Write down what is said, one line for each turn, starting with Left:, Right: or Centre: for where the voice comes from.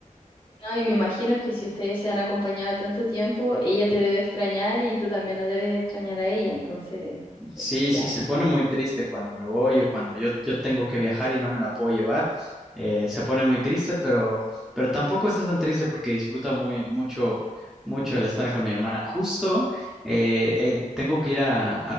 Left: No, y me imagino que si ustedes se han acompañado tanto tiempo, ella te debe extrañar y tú también la debes extrañar a ella. Entonces,
Centre: Sí,
Left: eh, ya,
Centre: sí, se pone muy triste cuando me voy o cuando yo, yo tengo que viajar y no me la puedo llevar. Eh, se pone muy triste, pero, pero tampoco está tan triste porque disfruta muy, mucho, mucho el estar con mi hermana. Justo eh, eh, tengo que ir a,